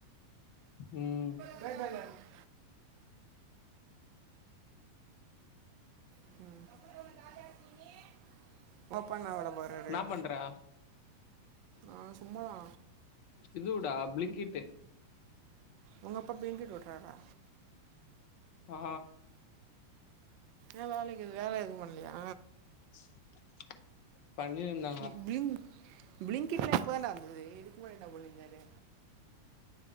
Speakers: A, on the left (about 45°); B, on the right (about 45°).
A: ம்
B: <inaudible> <unintelligible> ஓப்பன் ஆவல பாரு அது
A: என்னா பண்ற
B: ஆ சும்மாதா
A: இதுவுடா பிளிங்கிட்டு
B: உங்க அப்பா பிளிங்கிட்டு ஓட்றாரா
A: ஆ
B: ஏ வேலைக்கிது வேல எதுவு பண்லயா
A: <inaudible> பண்ணிருந்த
B: ப் ப்ளிங் ப்ளிங்கிட்லா இப்பதா டா வந்துது இதுக்கு முன்னாடி என்ன பண்ணிருந்தாரு